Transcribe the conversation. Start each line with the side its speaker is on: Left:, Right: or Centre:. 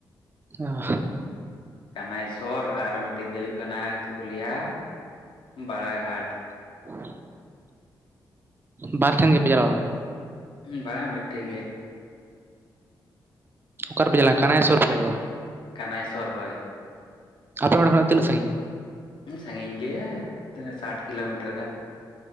Right: ᱚ
Left: ᱠᱟᱱᱟᱭ ᱥᱚᱨ ᱟᱨ ᱢᱤᱫᱴᱤᱡ ᱫᱚ ᱦᱩᱭᱩᱜ ᱠᱟᱱᱟ ᱪᱮᱫ ᱠᱚ ᱞᱟᱹᱭᱟ ᱵᱟᱲᱟᱜᱷᱟᱴ
Right: <inaudible> ᱵᱟᱨ ᱴᱷᱮᱱ ᱜᱮᱯᱮ ᱪᱟᱞᱟᱣ ᱞᱮᱱᱟ
Left: ᱵᱟᱝ-ᱟ ᱢᱤᱫᱴᱷᱮ ᱜᱮ
Right: ᱚᱠᱟ ᱨᱮ ᱯᱮ ᱪᱟᱞᱟ ᱠᱟᱱᱟᱭᱥᱚᱨ ᱯᱮ ᱪᱟᱞᱟᱣᱼᱞᱮᱱᱟ
Left: ᱠᱟᱱᱟᱭ ᱥᱚᱨᱚᱨᱮ
Right: ᱟᱯᱮ ᱚᱲᱟᱜ ᱠᱷᱚᱱ ᱛᱤᱱᱟᱹᱜ ᱥᱟᱺᱜᱤᱧ-ᱟ
Left: ᱥᱟᱺᱜᱤᱧ ᱜᱮᱭᱟ ᱛᱱᱟᱹ ᱥᱟᱴᱷ ᱠᱤᱞᱳᱢᱤᱴᱟᱨ ᱜᱟᱱ